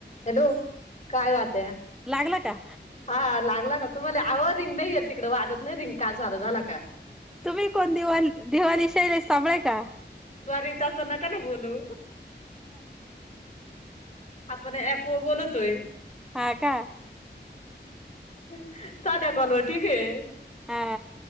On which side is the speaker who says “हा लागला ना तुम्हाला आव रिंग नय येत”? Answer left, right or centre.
Left